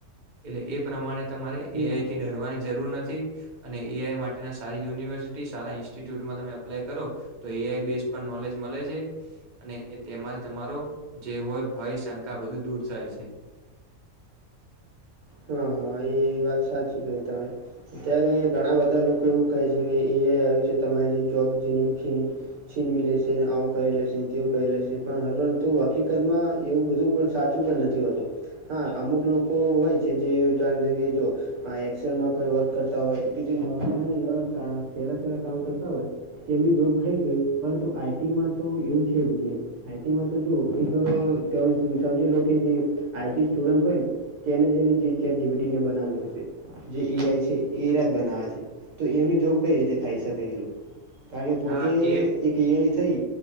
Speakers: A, on the right (about 40°); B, on the right (about 65°).
A: એટલે એ પ્રમાણે તમારે
B: હમ
A: એઆઈ થી ડરવાની જરૂર નથી. અને એ આઈ માટેના સારી યુનિવર્સિટી સારા ઇન્સ્ટિટ્યુટમાં તમે અપ્લાય કરો તો એઆઈ બેસ પણ નોલેજ મળે છે. અને એ તેમાં જ તમારો જે હોય ભય શંકા બધું દૂર થાય છે.
B: હા હા એ એ વાત સાચી કરી તમે. અત્યારે ઘણા બધા લોકો એવું કહે છે કે એ આઇ આવ્યું છે તમારી જે જોબ <unintelligible> છીનવી લેશે ને આવું કરી લેશે ને તેવું કરી લેશે પણ હવે તો હકીકતમાં એવું બધું પણ સાચું નથી હોતું, હા અમુક લોકો હોય છે જે <unintelligible> આ એક્સેલમાં કોઈ વર્ક કરતા હોય <unintelligible> નોર્મલની <unintelligible> સહેલાં-સહેલાં કામ કરતા હોય તેમની જોબ ખાઈ ગયું, પરંતુ આઈ ટીમાં તો એવું છે જ નહીં એમ. આઈ ટીમાં તો જોવો એક તમે <unintelligible> સમજી લો કે જે આઈ ટી સ્ટુડન્ટ હોય તેને જેને ચેટ જી પી ટી ને એવું બનાવ્યું. <unintelligible> જે ઈ આઈ છે એ ઈરાદ બનાવે છે, તો એમની જોબ કંઈ રીતે ખાઈ શકે <unintelligible> કારણ કે પોતે
A: હા એ
B: એક એ આઈ થઈ